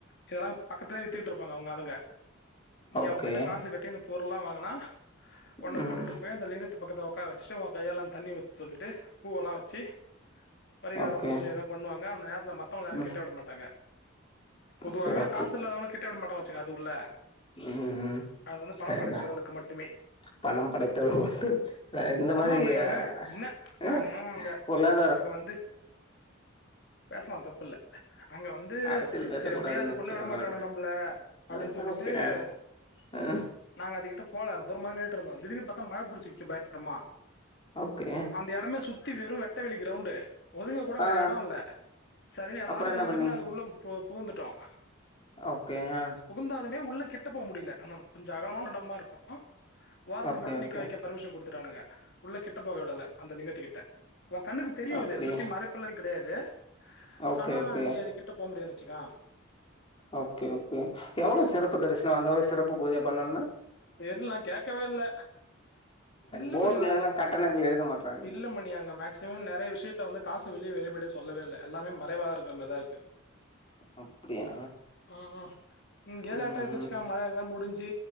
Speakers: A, on the left; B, on the left.
A: இதெல்லா பக்கத்திலே வித்துகுட்டு இருப்பாங்க அவுங்க ஆளுங்க நீங்க
B: ஓகே.
A: அவுங்ககிட்ட காசு கட்டி அந்த பொ ருள் எல்லா வாங்குனா உன்ன
B: ம்
A: கூட்டிட்டு போய் அந்த லிங்கத்து பக்கத்துல உக்கார வச்சுட்டு கையெல்லாம் தண்ணி ஊத்த சொல்லிட்டு பூவெல்லாம் வச்சு பரிகாரம்
B: ஓகே.
A: பூஜ ஏதா பண்ணுவாங்க அந்த நேரம் மத்தவங்கள யாரும்
B: ம்.
A: கிட்ட விட மாட்டாங்க பொதுவாவே
B: சிறப்பு
A: காசு இல்லாதவங்கள கிட்ட விட மாட்டாங்க சேரி அது உள்ள
B: ம் ம்
A: அது வந்து
B: சரிதான்
A: பணம் படைத்தவர்களுக்கு மட்டுமே
B: பணம் படைத்தவர் மட்டும் ஆ இந்தமாரி
A: ஆமா மணி
B: ஆ
A: என்ன என்ன நானு அங்க
B: பொல்லாத
A: அங்க வந்து பேசலாம் தப்புல்ல அங்க வந்து
B: அரசியல் பேசக்கூடாதுன்னு
A: செரி எப்டியோ அதுக்குள்ள
B: இருந்துச்சு
A: விடமாட்டானுங்க
B: அதனால கேட்டேன்.
A: நம்பள அப்டின்னு
B: அ
A: சொல்லிட்டு
B: ஓகே.
A: து
B: அ அ
A: நாங்க அதுக்கிட்ட போல தூரமாதா நின்னுட்டு இருந்தோம் திடீர்ன்னு பாத்தா மழ புடிச்சிக்கிச்சு பயங்கரமா
B: ஓகே.
A: அந்த எடமே சுத்தி வெறும் வெட் வெட்டவெளி கிரௌண்டு் ஒதுங்க கூட
B: ஆ
A: வேற எடோ இல்ல செரின்னு எல்லாரு
B: அப்புறம் என்ன
A: திபு
B: பண்ணீங்க?
A: திபுன்னு அது உள்ள பு புகுந்துட்டோம்
B: ஓகே ஆ
A: புகுந்தாலுமே உள்ள கிட்ட போ முடியில அந்த கொஞ்ச அகலமான எடமா இருக்கும் ஓரத்துல
B: ஓகே,
A: மட்டு
B: ஓகே.
A: நிக்க வக்க பர்மிஷன் குடுத்துட்டானுங்க உள்ள கிட்ட போக விடல அந்த லிங்கத்துக்கிட்ட ஒன் கண்ணுக்கு தெரியும்
B: அப்படியா?
A: அது சுத்தி மறைப்பு மேரி கெடையாது வே
B: ஓகே,
A: ஆனா
B: ஓகே.
A: நீ அதுக்கிட்ட போ முடியாது ச்சிகா
B: ஓகே ஓகே எவ்வளோ சிறப்பு தரிஸ்னோ அந்தளவு சிறப் பு பூஜ பண்ணுன்னா
A: தெர்ல் நா கேக்கவே இல்ல இல்ல
B: போர்டுலலாம்
A: மணி நா
B: கட்டணங்கள் எழுத மாட்றாங்க.
A: இல்ல மணி அங்க மேக்சிமம் நெறைய விஷ்யத்த வந்து காசு வெளி வெளிப்பட சொல்லவே இல்ல எல்லாமே மறைவா இருக்க மார்தா இருக்கு
B: அப்படியா?
A: ஆ ஆ இங்கே
B: ம்,
A: லேட்டாயிடுச்சிக்கா
B: ம்.
A: மழயெல்லா முடிஞ்சி